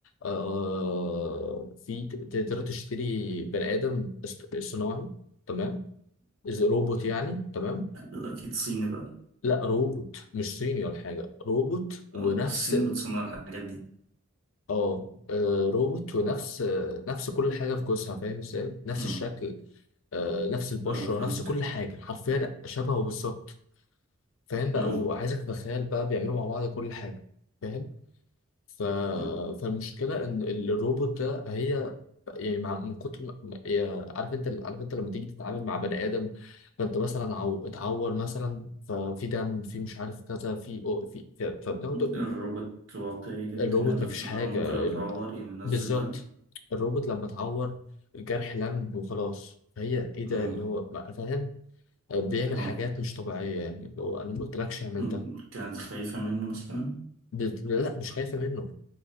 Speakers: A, on the left; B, on the right.
A: آه في ت- تقدر تشتري بني آدم اصط- صناعي تمام إذا روبوت يعني تمام
B: اكيد صيني بقى
A: لا روبوت مش صيني ولا حاجة روبوت ونفس
B: اه الصين بتصنع الحاجات دي
A: اه آه، روبوت ونفس آه، نفس كل حاجه في جسمها فاهم ازاي نفس
B: امم
A: الشكل آه، نفس البشره
B: اه فهمت
A: نفس كل حاجه حرفيا شبهه بالظبط فاهم بقى
B: امم
A: وعايزك تتخيل بقى بيعملوا مع بعض كل حاجه فاهم ف...
B: أمم.
A: فالمشكله ان الروبوت ده هي يعني مع... من كتر ما... ما- هي- عارف انت عارف انت لما تيجي تتعامل مع بني ادم فانت مثلا عو... اتعور مثلا ففي دم في مش عارف كذا في في, في... فبناخد
B: الروبوت واقعي جدا
A: الروبوت
B: يعني لدرجة
A: مفيش
B: إن
A: حاجه
B: هو ممكن لو تعور يعني ينزل
A: بالظبط
B: دم
A: الروبوت لما اتعور الجرح لم وخلاص فهي ايه ده
B: امم
A: اللي هو ما- فاهم بيعمل
B: اه
A: حاجات مش طبيعية يعني اللي هو انا ما قلتلكش اعمل
B: أمم.
A: ده
B: كانت خايفة منه مثلا
A: بت- لا مش خايفة منه